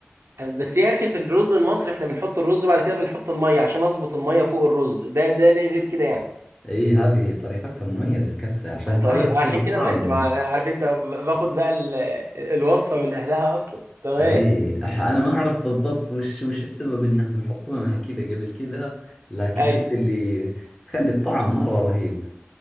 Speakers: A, on the right (about 75°); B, on the left (about 15°).
A: بس يا اخي في الرز المصري احنا بنحط الرز وبعد كده بنحط الميه عشان اظبط الميه فوق الرز ده ده ليه غير كده يعني
B: اي هذه طريقتها مميزة الكبسة عشان
A: اه طيب
B: تعرف
A: عشان
B: كيف الطعم
A: كده ماشي ما أنا عارف انت باخد بقى ال- الوصفه من اهلها اصلا تمام
B: اي أح- انا ما اعرف بالضبط وش وش السبب انهم يحطونها كذا قبل كذا لكن
A: ايوه
B: هذه اللي تخلي الطعم مرة رهيب